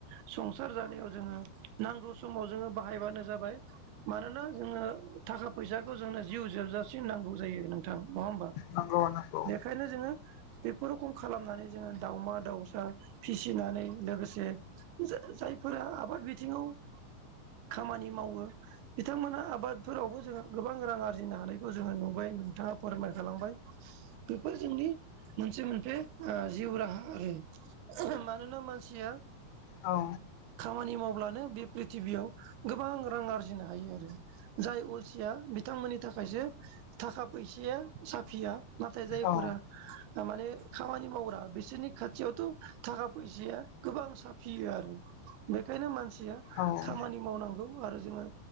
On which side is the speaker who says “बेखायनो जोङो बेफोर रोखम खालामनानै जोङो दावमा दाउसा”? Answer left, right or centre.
Right